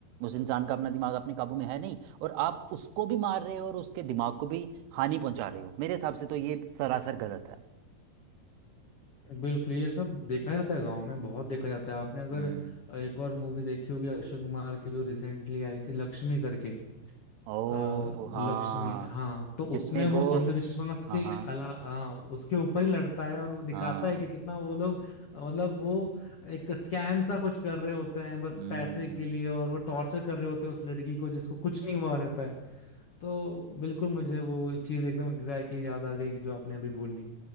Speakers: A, on the right; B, on the left.
A: उस इंसान का अपना दिमाग अपने काबू में है नहीं और आप उसको भी मार रहे हो और उसके दिमाग को भी हानि पहुंचा रहे हो मेरे हिसाब से तो ये सरासर गलत है
B: बिल्कुल ये सब देखा जाता है गांव में बहुत देखा जाता है आपने अगर
A: हम्म
B: अ, एक और मूवी देखी होगी अक्षय कुमार की जो रिसेंटली आई थी लक्ष्मी करके
A: ओ
B: अ, लक्ष्मी
A: हाँ
B: हाँ तो
A: जिसमें
B: उसमें वो
A: वो
B: अंधविश्वास
A: हाँ
B: के
A: हाँ
B: अला हाँ उसके ऊपर ही लड़ता है और वो दिखाता
A: हाँ
B: है कि कितना वो लोग अ, मतलब वो एक स्कैम सा कुछ कर रहे होते हैं बस
A: हम्म
B: पैसे के लिए और वो टॉर्चर कर रहे होते हैं उस लड़की को जिसको कुछ नहीं हुआ रहता है तो बिल्कुल मुझे वो चीज एकदम एग्जैक्टली exactly याद आ गई कि जो आपने अभी बोली